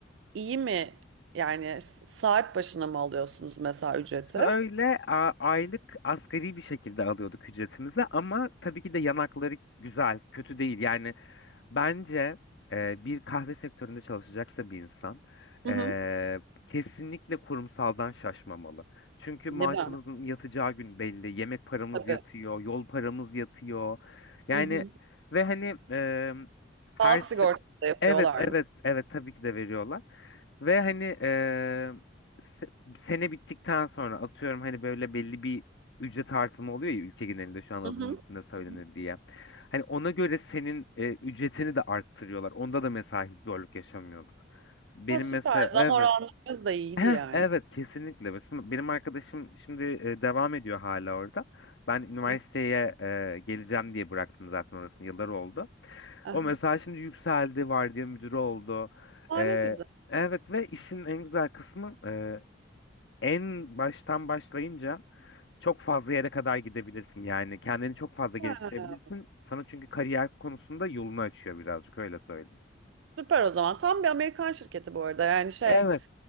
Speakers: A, on the right; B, on the left.
A: İyi mi? Yani s- saat başına mı alıyorsunuz mesela ücreti?
B: Öyle a- aylık asgari bir şekilde alıyorduk ücretimizi ama tabii ki de yanakları güzel, kötü değil. Yani Bence e, bir kahve sektöründe çalışacaksa bir insan
A: Hı
B: e,
A: hı.
B: kesinlikle kurumsaldan şaşmamalı. Çünkü
A: Ne
B: maaşımızın
A: ben?
B: yatacağı gün belli, yemek paramız
A: Tabii.
B: yatıyor, yol paramız yatıyor. Yani
A: Hı hı.
B: ve hani e, her
A: Sağlık
B: se-
A: sigortası da yapıyorlar
B: evet evet
A: mı?
B: evet tabii ki de veriyorlar. Ve hani eee, se- sene bittikten sonra atıyorum hani böyle belli bir ücret artımı oluyor ya ülke genelinde şu an alım
A: Hı hı.
B: üstünde söylenir
A: Hı hı.
B: diye. Hani ona göre senin e, ücretini de arttırıyorlar. Onda da mesela hiç zorluk yaşamıyorduk. Benim
A: Ha, süper.
B: mesela
A: Zam
B: evet
A: oranlarınız da iyiydi
B: Heh,
A: yani.
B: evet kesinlikle. Mesela benim arkadaşım şimdi e, devam ediyor hala orada. Ben üniversiteye
A: Hı.
B: e, geleceğim diye bıraktım zaten orasını. Yıllar oldu.
A: Aha.
B: O mesela şimdi yükseldi, vardiya müdürü oldu.
A: Aa,
B: E,
A: ne güzel.
B: evet ve işin en güzel kısmı e, en baştan başlayınca çok fazla yere kadar gidebilirsin. Yani kendini çok fazla geliştirebilirsin.
A: Ha,
B: Sana çünkü kariyer konusunda yolunu açıyor birazcık öyle söyleyeyim.
A: süper o zaman. Tam bir Amerikan şirketi bu arada. Yani şey
B: Evet.